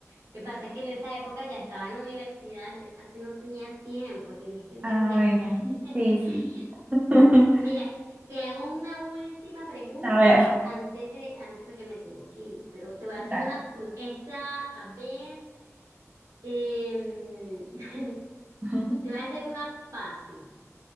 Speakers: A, on the right; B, on the right.
A: Lo que pasa es que en esa época ya estaba en la universidad, entonces casi no tenía tiempo, tienes que entenderme.
B: A ver,
A: <laughs>
B: sí, sí. <laughs>
A: Sí. Mira, te hago una última pregunta
B: A ver,
A: antes de, antes porque me tengo que ir, pero te voy a
B: dale.
A: hacer una, esta, a ver, em, <laughs>
B: <laughs>
A: te voy a hacer una fácil.